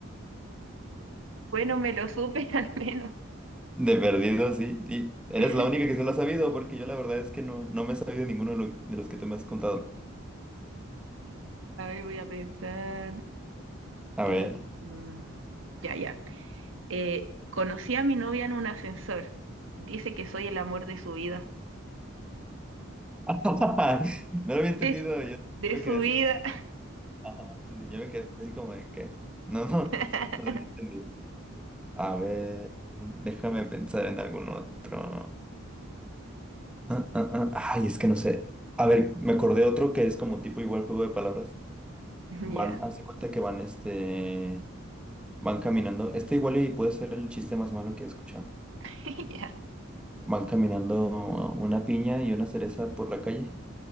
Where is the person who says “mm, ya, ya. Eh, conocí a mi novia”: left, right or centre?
Right